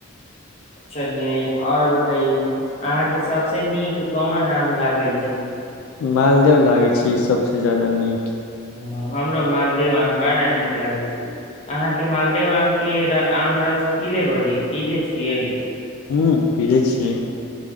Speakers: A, on the left; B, on the left.
A: चलियै आओर बतैे अहाँके सबसे नीक कोन आम लागै छै
B: मालदे लागैत छै सभसँ ज्यादा नीक
A: ह हमरो मालदेव आम बड़ा नीक लागे छै अहाँके मालदेव आम के आम रस पीले बी पीले छियै
B: हू फिरे छिय